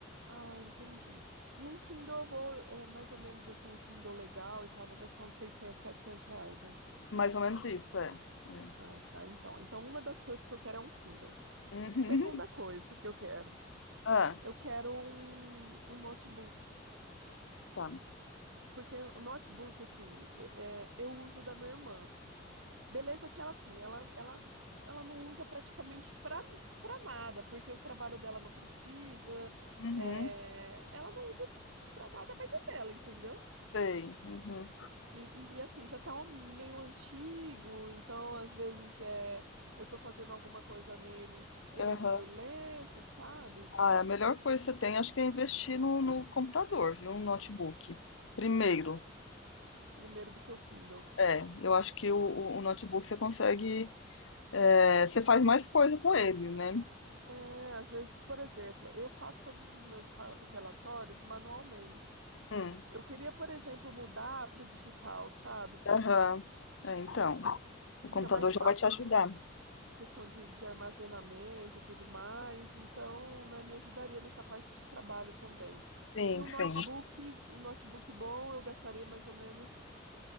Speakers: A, on the right (about 80°); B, on the left (about 75°).
A: Ah, entendi. E um Kindle eu vou, é, mais ou menos assim, um Kindle legal e tal, vou gastar uns 600, 700 reais, né?
B: Mais ou menos isso, é. É.
A: Ah, tá, então. Então, uma das coisas que eu quero é um Kindle.
B: <laughs> Uhum.
A: Segunda coisa que eu quero,
B: Ah,
A: eu quero um, um notebook.
B: tá.
A: Porque o notebook, assim, é, eu uso da minha irmã. Beleza que ela, assim, ela, ela, ela não usa praticamente pra, pra nada, porque o trabalho dela não precisa,
B: Uhum.
A: é, ela não usa pra nada, mas é dela, entendeu?
B: Sei. Uhum.
A: E, e, e, assim, já tá um meio antigo, então às vezes é, eu tô fazendo alguma coisa nele, ele
B: Aham.
A: é meio lento, sabe?
B: Ah, é a melhor coisa que você tem, acho que é investir no, no computador, viu? No notebook. Primeiro.
A: Primeiro do que o Kindle.
B: É, eu acho que o, o- notebook você consegue. é, você faz mais coisa com ele, né?
A: É, às vezes, por exemplo, eu faço todos os meus ra- relatórios manualmente.
B: Hum,
A: Eu queria, por exemplo, mudar para o digital, sabe?
B: aham. É, então, o
A: Fica
B: computador
A: mais fácil
B: já vai te ajudar.
A: eh, questão de, de armazenamento e tudo mais. Então, né, me ajudaria nessa parte de trabalho também.
B: Sim,
A: E um
B: sim.
A: notebook, um notebook bom, eu gastaria mais ou menos